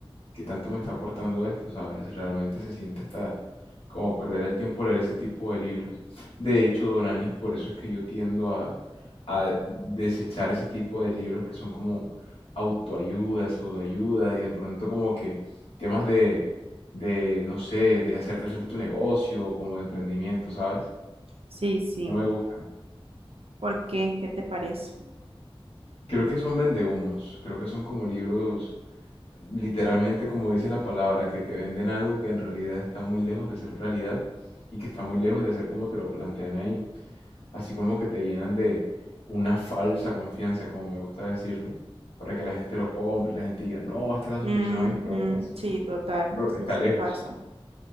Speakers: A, on the left; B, on the right.
A: ¿qué tanto me está aportando esto? ¿Sabes? Realmente se siente hasta como perder el tiempo leer ese tipo de libros. De hecho, Doranis, por eso es que yo tiendo a, a desechar ese tipo de libros que son como autoayuda, pseudoayuda y de pronto como que temas de, de, no sé, de hacer crecer tu negocio, como de emprendimiento, ¿sabes?
B: Sí, sí.
A: No me gustan.
B: ¿Por qué? ¿Qué te parece?
A: Creo que son vendehumos, creo que son como libros literalmente como dice la palabra, que te venden algo que en realidad está muy lejos de ser realidad y que está muy lejos de ser como te lo plantean ahí. Así como que te llenan de una falsa confianza, como me gusta decirlo, para que la gente lo compre, y la gente diga, no, esta es la
B: Ujú,
A: solución a mis problemas,
B: Sí, total.
A: pero
B: Sí,
A: está
B: sí
A: lejos.
B: pasa.